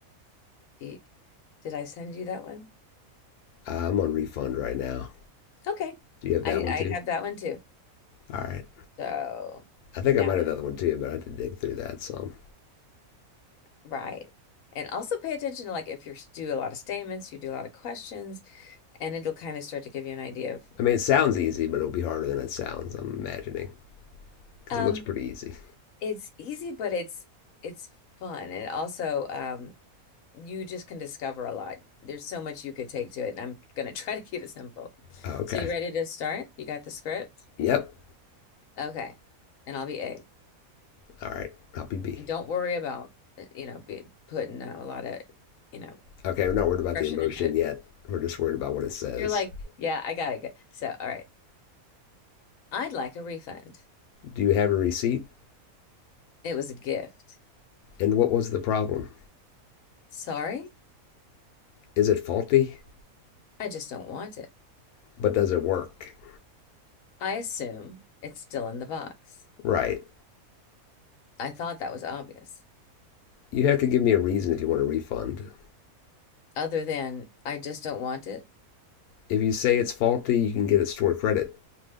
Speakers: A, on the left; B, on the left.
A: The, did I send you that one?
B: Uh, I'm on refund right now.
A: Okay.
B: Do you have
A: I
B: that one
A: I
B: too?
A: have that one too.
B: All right.
A: So
B: I think
A: now,
B: I might have another one too, but I had to dig through that some.
A: right. And also pay attention to like if you do a lot of statements, you do a lot of questions, and it'll kind of start to give you an idea of
B: I mean, it sounds easy, but it'll be harder than it sounds, I'm imagining, because
A: um
B: it looks pretty easy.
A: it's easy, but it's it's fun. And also um you just can discover a lot. There's so much you could take to it, and I'm gonna try <laughs> to keep it simple.
B: Oh, okay.
A: So you ready to start? You got the script?
B: Yep.
A: Okay. And I'll be A.
B: All right. Help you be.
A: Don't worry about uh, you know, be putting uh, a lot of, you know,
B: Okay, we're not worried about
A: Impression
B: the emotion
A: into it.
B: yet. We're just worried about what it says.
A: You're like, yeah, I gotta go. So, all right, I'd like a refund.
B: Do you have a receipt?
A: It was a gift.
B: And what was the problem?
A: Sorry,
B: Is it faulty?
A: I just don't want it.
B: But does it work?
A: I assume it's still in the box.
B: Right.
A: I thought that was obvious.
B: You have to give me a reason if you want a refund.
A: Other than, I just don't want it.
B: If you say it's faulty, you can get a store credit.